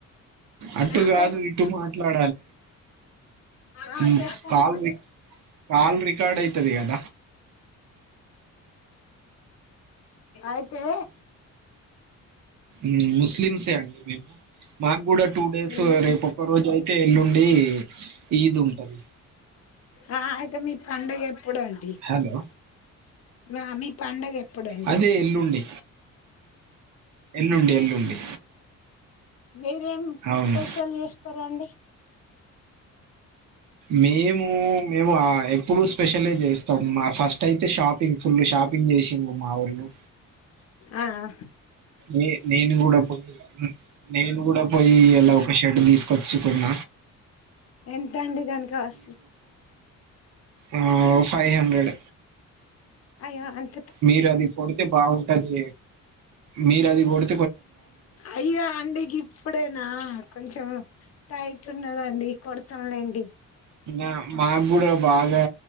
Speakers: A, on the right; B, on the left.
A: అటు
B: ఇంకా
A: గాదు ఇటు మాట్లాడ్
B: ఆ
A: మ్
B: చెప్పండి
A: కాల్ రి కాల్ రికార్డ్ ఐతది గదా
B: ఐతే
A: మ్ ముస్లిమ్సే అండి మేము మాగూడా టూ డేస్
B: మీరు ముస్లిం
A: రేపు ఒక్క రోజు ఐతే ఎల్లుండి ఈద్ ఉంటది
B: ఆ ఐతే మీ పండగేప్పుడుండి
A: హలో
B: హా మీ పండగేప్పుడండి
A: అదే ఎల్లుండి ఎల్లుండి ఎల్లుండి
B: మీరేమ్
A: అవును
B: స్పెషల్ చేస్తరండి
A: మేమూ మేము అ ఎప్పుడు స్పెషలే జేసస్తం మా ఫస్ట్ ఐతే షాపింగ్ ఫుల్లు షాప్ పింగ్ చేశిల్లు మా ఓల్లు
B: ఆ అ
A: నే నేను గుడా పోద్దున నేను గుడా పోయి ఈ ఇలా ఒక షర్ట్ తీస్కోచ్చుకున్న
B: ఎంతండి దాని కాస్
A: ఆ ఫైహ్ హండ్రెడ్
B: అయో అన్
A: మీరది కొడితే బాగుంటదీ మీరది కొడ్
B: అయ్యో అండి గిప్పుడేనా కొంచం టైట్ ఉన్నదండి కొడ్తం లేండి
A: అ మాగూడా బాగా